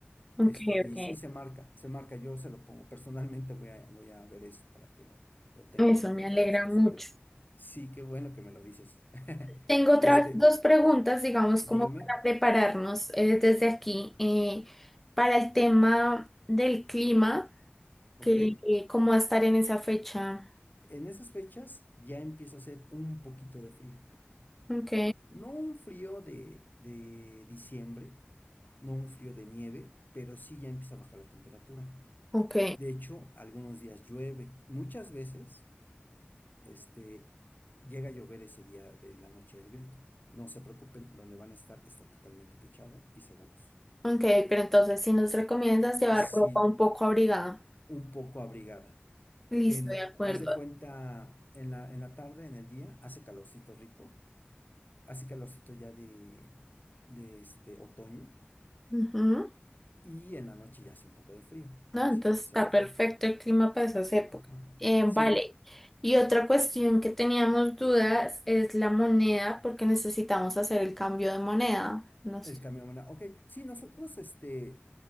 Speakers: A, in the centre; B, on the left.
A: ok,
B: Este,
A: ok.
B: y sí se marca, se marca, yo se lo pongo. Personalmente voy a, voy a ver eso para que lo, lo tengan
A: Eso
B: en cuenta
A: me alegra
B: los cocineros.
A: mucho.
B: Sí, qué bueno que me lo dices. <laughs>
A: Tengo otras
B: Este,
A: dos preguntas, digamos,
B: dígame,
A: como para prepararnos eh, desde aquí eh, para el tema del clima,
B: ¿ok?
A: que eh, cómo va a estar en esa fecha.
B: En esas fechas ya empieza a hacer un poquito de frío.
A: Ok,
B: No un frío de, de diciembre, no un frío de nieve, pero sí ya empieza a bajar la temperatura.
A: ok,
B: De hecho, algunos días llueve. Muchas veces. Este, llega a llover ese día de la noche del grito. No se preocupen, donde van a estar está totalmente techado y seguros.
A: ok, pero entonces si nos recomiendas llevar
B: Sí,
A: ropa un poco abrigada.
B: un poco abrigada.
A: Listo,
B: En,
A: de acuerdo.
B: haz de cuenta, en la, en la tarde, en el día, hace calorcito rico, hace calorcito ya de, de este otoño
A: Ujú.
B: y en la noche ya hace un poco de frío. Ahora
A: No, entonces
B: sí ya empezaba
A: está
B: el frío.
A: perfecto el clima para esas épocas.
B: Ajá.
A: Eh,
B: Sí,
A: vale. Y otra cuestión que teníamos dudas es la moneda, porque necesitamos hacer el cambio de moneda. No
B: El
A: sé.
B: cambio de moneda. Ok, sí, nosotros, este,